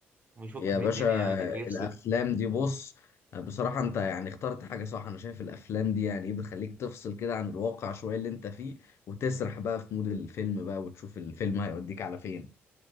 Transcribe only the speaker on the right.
ويفك
من
الدنيا يعني ويفصل